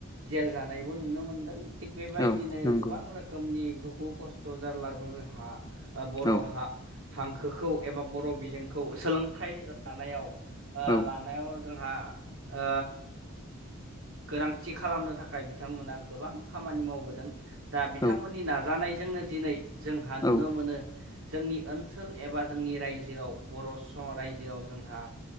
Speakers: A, on the right; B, on the left.
A: जेल जानायबो नुनो मोनदों थिग बेबायदिनो
B: औ नंगौ
A: गोबां रोखोमनि दुखु खस्थ' जारलाजों जोंहा ओ बर'
B: औ
A: हा हांखोखौ एबा बर' बिजोंखौ सोलोंथाइ लानायाव ओ
B: औ
A: लानायाव जोंहा ओ गोनांथि खालामनो था खाय बिथांमोना गोबां खामानि मावबोदों दा बिथांमोननि
B: औ
A: नाजानायजोंनो दिनै जोंहा नुनो
B: औ
A: मोनो जोंनि ओनसोल एबा जोंनि रायजोआव बर' स रायजोआव जोंहा